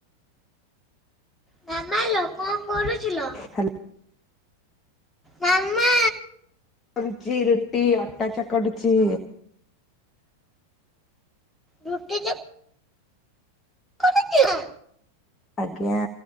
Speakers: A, in the centre; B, on the left (about 20°).
A: ମା ମା ଲୋ କଣ କରୁଚୁଲୋ
B: ହାଲୋ
A: ମା ମା?
B: କରୁଚି ରୁଟି ଅଟା ଚକଡୁଚି।
A: ରଠି କିଉ କରୁଚିନା
B: ଆଜ୍ଞା।